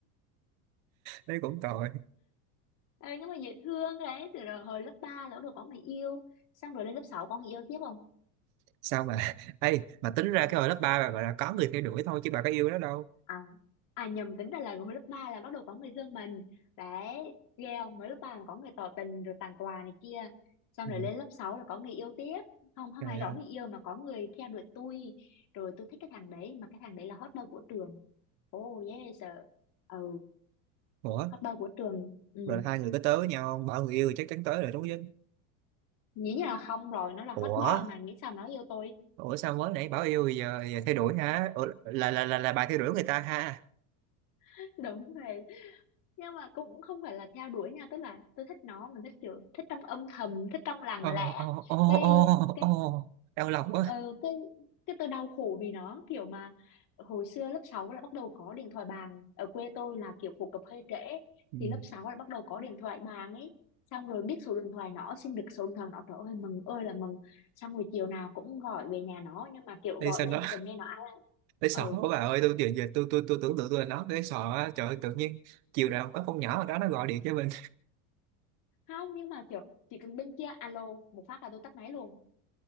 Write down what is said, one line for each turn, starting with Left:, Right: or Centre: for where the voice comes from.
Right: thấy cũng tội.
Left: Ờ, nhưng mà dễ thương đấy từ rồi hồi lớp 3 là bắt đầu có người yêu xong rồi lên lớp 6 có người yêu tiếp không
Right: Sao mà Ê, mà tính ra cái hồi lớp 3 bà gọi là có người theo đuổi thôi chứ bà có yêu nó đâu.
Left: à, à nhầm tính ra là hồi lớp 3 là bắt đầu có người thương mình đấy ghê không mới lớp 3 mà có người tỏ tình rồi tặng quà này kia xong
Right: Ừ.
Left: rồi lên lớp 6 là có người yêu tiếp không không
Right: Trời
Left: ai
Right: ơi.
Left: có người yêu mà có người theo đuổi tôi rồi tôi thích cái thằng đấy mà cái thằng đấy là hot boy của trường oh yes sir. ừ
Right: Ủa,
Left: hot boy của trường ừ
Right: rồi là hai người có tới với nhau không? Bảo người yêu thì chắc chắn tới rồi đúng chứ.
Left: nghĩ như là không rồi nó là hot
Right: Ủa?
Left: boy mà nghĩ sao nó yêu tôi
Right: ủa sao mới nãy bảo yêu giờ, giờ thay đổi hả ủa, là là là là bà thay đổi người ta ha
Left: <laughs> đúng rồi nhưng mà cũng không phải là theo đuổi nha tức là tôi thích nó mình thích kiểu thích trong âm thầm thích trong lặng
Right: ô
Left: lẽ
Right: ô ô
Left: cái
Right: ô
Left: cái
Right: ô đau lòng quá
Left: ờ, cái cái tôi đau khổ vì nó kiểu mà hồi xưa lớp 6 là bắt đầu có điện thoại bàn ở quê tôi là kiểu phổ cập hơi trễ
Right: ừ.
Left: thì lớp 6 là bắt đầu có điện thoại bàn ấy xong rồi biết số điện thoại nó xin được số điện thoại nó trời ơi mừng ơi là mừng xong rồi chiều nào cũng gọi về nhà nó nhưng mà kiểu
Right: Ê,
Left: gọi
Right: sao
Left: lên
Right: nó
Left: chỉ cần nghe nó alo
Right: tới sọ
Left: ừ
Right: quá bà ơi tôi giờ giờ tôi tôi tôi tưởng tượng tôi là nó tới sọ á. trời ơi, tự nhiên chiều nào có con nhỏ ở đó nó gọi điện cho mình
Left: không nhưng mà kiểu chỉ cần bên kia alo một phát là tôi tắt máy luôn